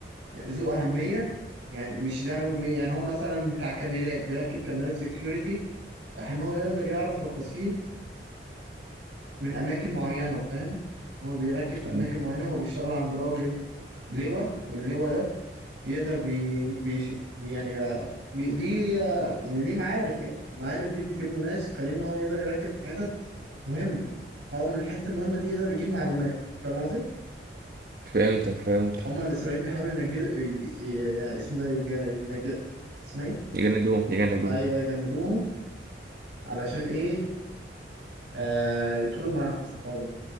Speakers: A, on the right; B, on the right.
A: يعني ذو أهمية يعني مش يعني هو يعني هو مثلا بتاع كاميرات بيركب كاميرات سيكيورتي عشان هو يقدر يعرف تفاصيل من أماكن معينة فاهم هو بيركب في
B: فهمت-
A: أماكن معينة هو بيشتغل عند راجل لواء واللواء ده يقدر بي بيشوف بي يعني آه، بي ليه آه، يعني ليه معارف يعني المعارف دي بتجيب له ناس تخليه ان هو يقدر يركز في حتت مهمه هو من الحتت المهمه دي يقدر يجيب معلومات فاهم قصدي؟
B: فهمتك فهمتك
A: هما الاسرائيليين بيحاولوا ينجد ي- ي- آه، اسمه ده يج- ينجد اسمها ايه؟
B: يجندوه
A: يت-
B: يجندوه
A: ايوه يجندوهم علشان ايه؟ آه يدخلوا معاهم في الحوار ده